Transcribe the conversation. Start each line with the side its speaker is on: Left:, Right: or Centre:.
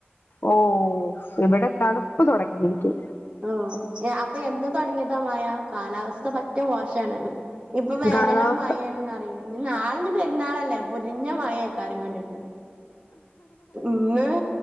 Left: ഓ ഇവിടെ തണുപ്പ് തുടങ്ങിയിരിക്.
Right: ഓ അപ്പോ എന്ന് തുടങ്ങിയതാ മയാ? കാലാവസ്ഥ പറ്റും മോശഅന്ന്. ഇപ്പോ വേനലോ,
Left: കാലാവസ്ഥ
Right: മഴയാണന്ന- അറിയില്ലൻ, നാളെ പെരുന്നാളല്ലേ? പരിഞ്ഞ മഴയൊക്കാരും കണ്ടിട്ട്. ഇന്ന്